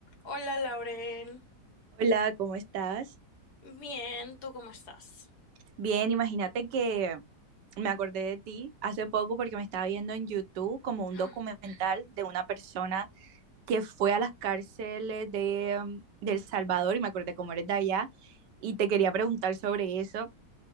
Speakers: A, on the left (about 65°); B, on the right (about 75°).
A: Hola, Lauren.
B: Hola, ¿cómo estás?
A: Bien, ¿tú cómo estás?
B: Bien, imagínate que me acordé de ti hace poco porque me estaba viendo en YouTube como
A: <gasps>
B: un documental de una persona que fue a las cárceles de, mm, de El Salvador y me acordé cómo eres de allá y te quería preguntar sobre eso